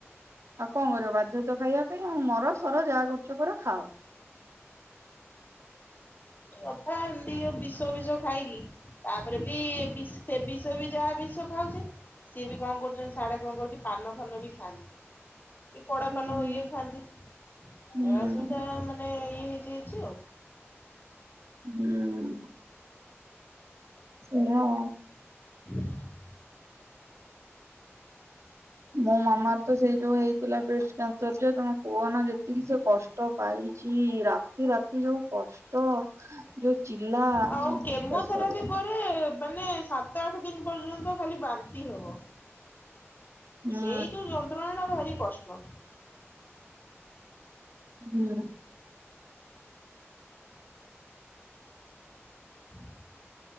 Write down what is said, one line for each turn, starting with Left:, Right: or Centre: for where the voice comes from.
Right: ଆଉ କଣ କରିବ ବାଧ୍ୟତ ଖାଇବା ପାଇଁ ଆଉ ମର ସର ଯାହା କରୁଛ କର ଖାଅ। <unintelligible>
Left: କଥା ଏତି ବିଷ ବିଷ ଖାଇକି। ତାପରେ ବି ବିଷ ବି ଯାହା ବିଷ ଖାଉଛେ। ସିଏ ବି କଣ କରୁଛନ୍ତି, ସାଡେ କଣ କରୁଛି ପାନ ଫାନ ବି ଖାଆନ୍ତି। କଡା
Right: ହୁଁ
Left: ପାନ ହ ଖାଆନ୍ତି
Right: ହୁଁ
Left: ସେ ଯୋଉଟା ମାନେ। <unintelligible> ହେଇଯାଇଚି ଆଉ।
Right: ହୁଁ। ଏୟା ଆଉ।
Left: <unintelligible>
Right: ମୋ ମାମାର ତ ସେଇ ଯୋଉ ହେଇଥିଲା ବ୍ରେଷ୍ଟ କ୍ୟାନସର ଯେ ତମେ କୁହ ନା ତିକି ସେ କଷ୍ଟ ପାଇଛି ରାତି ରାତି ଯୋଉ କଷ୍ଟ ଯୋଉ ଚିଲ୍ଲା
Left: ଆଉ
Right: ତମେ ବିଶ୍ୱାସ
Left: କେମୋଥେରାପି
Right: କରିବନି।
Left: ପରେ ମାନେ ସାତ ଆଠ ଦିନ ପର୍ଯ୍ୟନ୍ତ ଖାଲି ବାନ୍ତି ହବ।
Right: ହୁଁ
Left: ସେଇ ଯୋଉ ଯନ୍ତ୍ରଣା ଟା ଭାରି କଷ୍ଟ।
Right: ହୁଁ।
Left: <unintelligible>